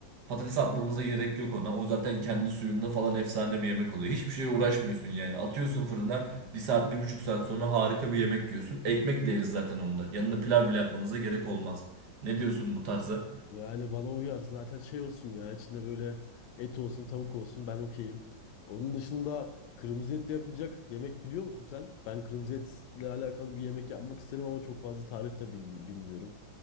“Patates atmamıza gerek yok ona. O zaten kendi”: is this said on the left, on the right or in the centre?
Right